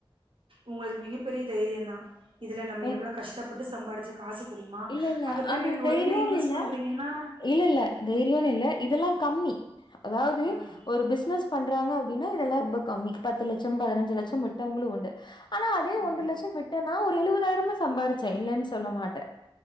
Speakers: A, on the right; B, on the left.
A: உங்களுக்கு மிகப்பெரிய தைரியந்தா இதுல நம்ம
B: உன்
A: எவ்வளோ கஷ்டப்பட்டு சம்பாரிச்சு காசு தெரியுமா
B: இல்ல இல்ல
A: அத போய்
B: அது
A: நீங்க
B: தைரியோனு
A: ஒரு இதுல இன்வெஸ்ட்
B: இல்ல
A: பண்றீங்கன்னா
B: இல்ல இல்ல தைரியோனு இல்ல இதெல்லா கம்மி அதாவது
A: ம்
B: ஒரு பிஸ்னஸ் பண்றாங்க அப்டின்னா இதெல்லா ரொம்ப கம்மி பத்து லட்சம் பதினஞ்சு லட்சம் விட்டவங்களும் உண்டு ஆனா அதே
A: ம்
B: ஒன்ற லட்ச விட்டனா ஒரு எழுவதாயிரமா சம்பாரிச்சேன் இல்லனு சொல்ல மாட்டேன்